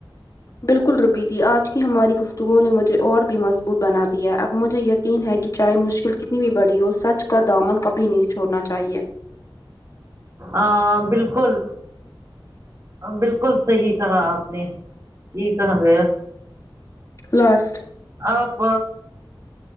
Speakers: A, on the left; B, on the right.
A: بالکل روبی دی آج کی ہماری گفتگو نے مجھے اور بھی مضبوط بنا دیا ہے اب مجھے یقین ہے کہ چاہے مشکل کتنی بھی بڑی ہو سچ کا دامن کبھی نہیں چھوڑنا چاہیے
B: آ بالکل بالکل صحیح کہا آپ نے یہی کہا گیا
A: لاسٹ
B: آپ